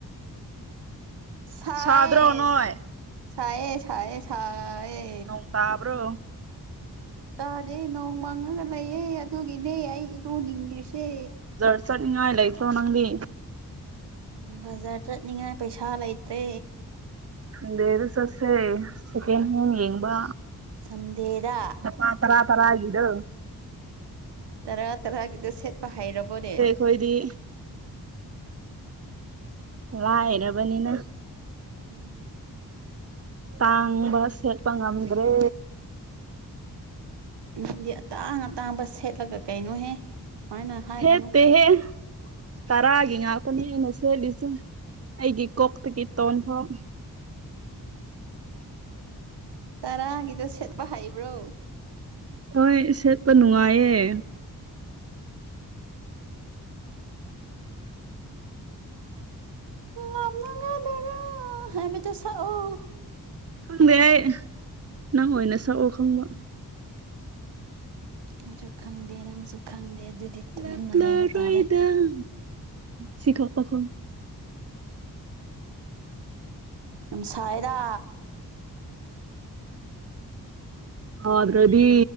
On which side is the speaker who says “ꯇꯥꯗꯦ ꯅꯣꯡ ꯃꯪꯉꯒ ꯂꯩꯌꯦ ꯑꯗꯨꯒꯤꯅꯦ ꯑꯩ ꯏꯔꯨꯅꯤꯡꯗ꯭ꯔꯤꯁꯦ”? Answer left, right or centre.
Right